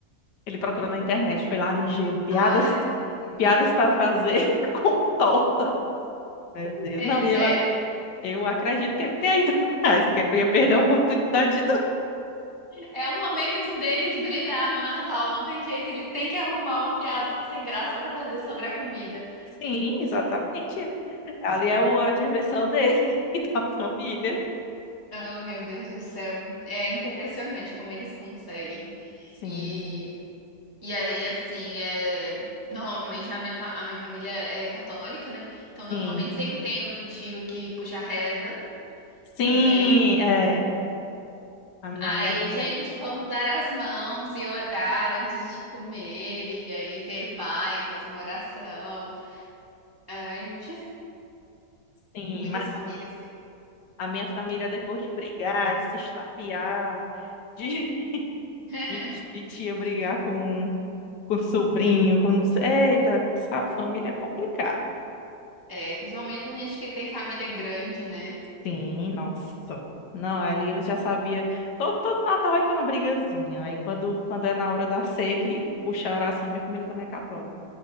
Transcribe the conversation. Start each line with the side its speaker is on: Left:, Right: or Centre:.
Left: Ele procurou na internet, foi lá ligeiro, piadas,
Right: Ah, não é possível.
Left: piadas para fazer <laughs> com torta. Meu Deus,
Right: Ele
Left: não, e
Right: deve.
Left: eu, ac- eu acredito que ele tenha ido <laughs> atrás, porque ele não ia perder a oportunidade de
Right: É o momento dele de brilhar no Natal, não tem jeito. Ele tem que arrumar uma piada sem graça pra fazer sobre a comida.
Left: Sim, exatamente. Ele- Ali é o- a diversão dele <laughs> e da família.
Right: Oh, meu Deus do céu. É impressionante como eles conseguem.
Left: Sim,
Right: E E aí, assim, é... normalmente a minha, fa- a minha família é católica, né? Então, normalmente
Left: sim.
Right: sempre tem o tio que puxa a reza
Left: Sim,
Right: também.
Left: é. a- Na
Right: Aí,
Left: minha também.
Right: gente, vamos dar as mãos e orar antes de comer. E aí, ele vai, faz uma oração. Antes,
Left: Sim,
Right: muitas
Left: mas
Right: famílias têm.
Left: a minha família, depois de brigar, de se estapear, de, <laughs>
Right: <laughs>
Left: de, de tia brigar com, com sobrinho, com não sei. Eita, essa família é complicada.
Right: É, principalmente a gente que tem família grande, né?
Left: Sim, nossa. Não, ali eu já sabia. Todo, todo Natal vai ter uma brigazinha. Aí quando, quando é na hora da ceia que puxa a oração, minha família também é católica.